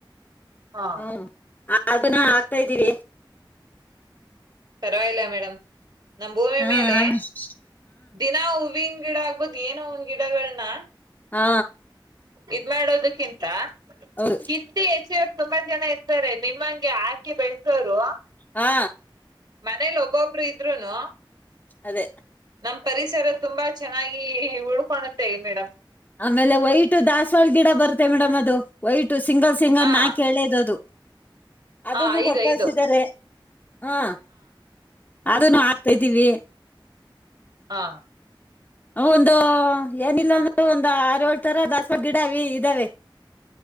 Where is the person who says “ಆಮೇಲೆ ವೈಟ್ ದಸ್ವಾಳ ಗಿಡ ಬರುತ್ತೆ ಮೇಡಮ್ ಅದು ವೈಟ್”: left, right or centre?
Left